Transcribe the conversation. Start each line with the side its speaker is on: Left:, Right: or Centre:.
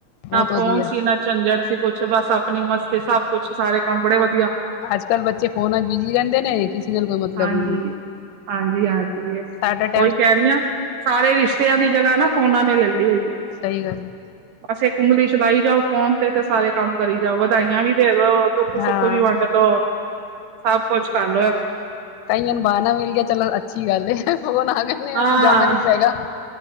Left: ਬਹੁਤ
Right: ਨਾ
Left: ਵਧੀਆ
Right: ਫੋਨ ਸੀ ਨਾ ਝੰਜਟ ਸੀ। ਕੁੱਛ ਬਸ ਆਪਣੀ ਮਸਤੇ ਸਭ ਕੁੱਛ ਸਾਰੇ ਕੰਮ ਬੜੇ ਵ
Left: ਅੱਜ-ਕੱਲ੍ਹ ਬੱਚੇ ਫੋਨ ਬਿਜੀ ਰਹਿੰਦੇ ਨੇ ਕਿਸੇ ਨਾਲ ਕੋਈ ਮਤਲਬ
Right: ਹਾਂਜੀ,
Left: ਨ
Right: ਹਾਂਜੀ, ਹਾਂਜੀ
Left: ਸੱਠ ਅੱਠ
Right: ਉਹੀ ਕਹਿ ਰਹੀਆਂ ਸਾਰੇ ਰਿਸ਼ਤਿਆਂ ਦੀ ਜਗ੍ਹਾ ਨਾ ਫੋਨਾ ਨੇ ਲੈ ਲਈ ਹੋਈ ਐ
Left: ਸਹੀ ਗੱਲ ਹੈ।
Right: ਬਸ ਇਕ ਓਗਲੀ ਚਲਾਈ ਜਾਓ। ਫੋਨ ਤੇ ਸਾਰੇ ਕੰਮ ਕਰੀ ਜਾਓ ਵਧਾਈਆਂ ਵੀ ਦੇ ਦੋ ਦੁੱਖ-ਸੁੱਖ
Left: ਹਾਂ
Right: ਵੀ ਵੰਡ ਲੋੋ ਸਭ ਕੁਛ ਕਰਲੋ।
Left: ਕਹੀਆਂ ਨੂੰ ਬਾਹਨਾ ਮਿਲ ਗਿਆ ਚਲੋ ਅੱਛੀ ਗੱਲ, ਫੋਨ ਆ ਕਹਦੇ
Right: ਹਾਂ
Left: ਉਹਨੂੰ ਜਾਣਾ ਨੀ ਪਏਗਾ।